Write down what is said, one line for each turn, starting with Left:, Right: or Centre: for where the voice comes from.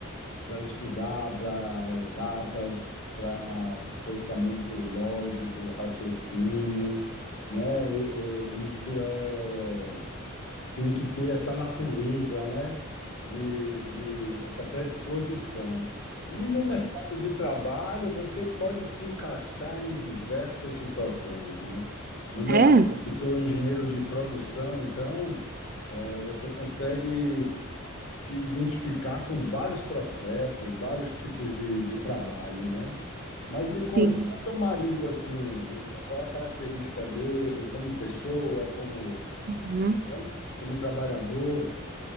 Left: para estudar, para exatas, para pensamento lógico, raciocínio, né? E- e- isso é tem que ter essa natureza, né? De, de essa predisposição. E no mercado de trabalho, você pode se encaixar em diversas situações, né? No meu
Right: É,
Left: caso, eu sou engenheiro de produção, então eh, você consegue se identificar com vários processos, vários tipos de, de trabalho, né? Mas me conte,
Right: sim.
Left: qual é seu marido, assim, qual é a característica dele como pessoa, como,
Right: Uhum.
Left: né, como trabalhador?